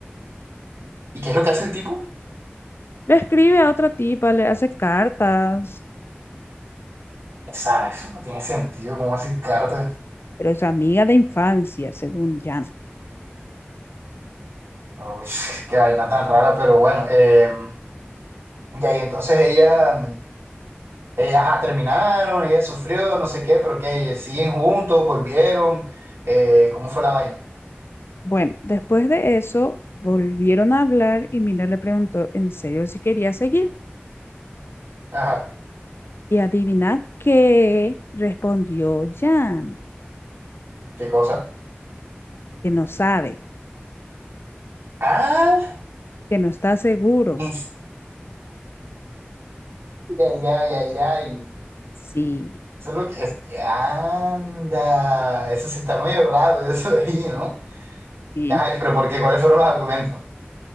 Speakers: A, on the right; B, on the left.
A: y qué es lo que hace el tipo.
B: Le escribe a otra tipa, le hace cartas,
A: esa eso no tiene sentido, cómo así cartas.
B: pero es su amiga de infancia, según Jan.
A: Uy, <laughs> qué vaina tan rara, pero bueno. eh, y ahí entonces ella, mm, eh, ajá, terminaron, ella sufrió, no sé qué, pero que siguen juntos, volvieron. eh, ¿cómo fue la vaina?
B: Bueno, después de eso, volvieron a hablar y Miller le preguntó en serio si quería seguir.
A: Ajá,
B: Y adivinad qué respondió Jan,
A: qué cosa.
B: que no sabe,
A: Ah,
B: que no está seguro.
A: es- ay, ay, ay, ay.
B: Sí,
A: Eso es lo que es- anda, eso sí está medio raro, <laughs> eso de ahí, ¿no?
B: sí.
A: Ajá, pero ¿por qué? ¿Cuáles fueron los argumentos?